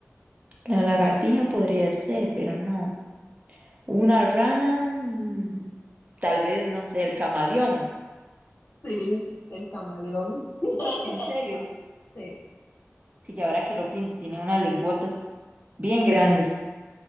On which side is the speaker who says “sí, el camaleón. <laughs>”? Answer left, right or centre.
Left